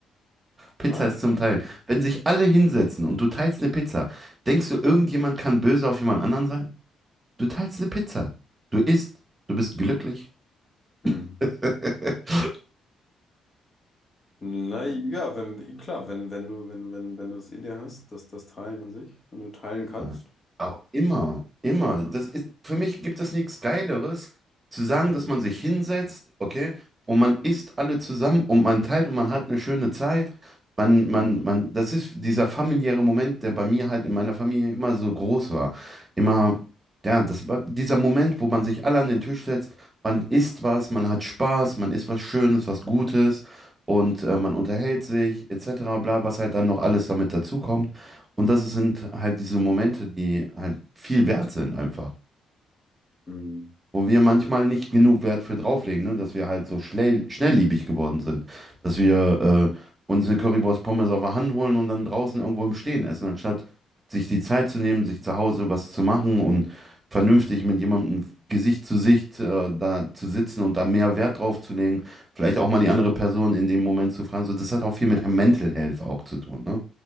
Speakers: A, on the right; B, on the left.
A: Pizza
B: Ah,
A: ist zum Teilen. Wenn sich alle hinsetzen und du teilst eine Pizza, denkst du, irgendjemand kann böse auf jemand anderen sein? Du teilst eine Pizza. Du isst. Du bist glücklich.
B: Hm.
A: <laughs>
B: Na ja, wenn, klar, wenn, wenn du, wenn, wenn, wenn du es in dir hast, dass das Teilen an sich, wenn du teilen kannst.
A: Ja. Aber immer, immer. Das ist, für mich gibt es nichts Geileres, zu sagen,
B: Hm,
A: dass man sich hinsetzt, okay, und man isst alle zusammen und man teilt und man hat eine schöne Zeit. Man,
B: hm,
A: man, man, das ist dieser familiäre Moment, der bei mir halt in meiner Familie immer so groß war. Immer, ja, das war dieser Moment, wo man sich alle an den Tisch setzt, man isst was, man hat Spaß, man isst was Schönes, was Gutes und äh, man unterhält sich, etc., bla, was halt dann noch alles damit dazukommt. Und das sind halt diese Momente, die halt viel wert sind einfach
B: hm,
A: wo wir manchmal nicht genug Wert für drauflegen, ne? Dass wir halt so schnell, schnellliebig geworden sind. Dass wir äh, uns eine Currywurst Pommes auf der Hand holen und dann draußen irgendwo im Stehen essen, anstatt sich die Zeit zu nehmen, sich zu Hause was zu machen und vernünftig mit jemandem Gesicht zu Sicht äh, da zu sitzen und da mehr Wert drauf zu legen. Vielleicht auch mal die andere Person in dem Moment zu fragen. So, das hat auch viel mit Mental Health auch zu tun, ne?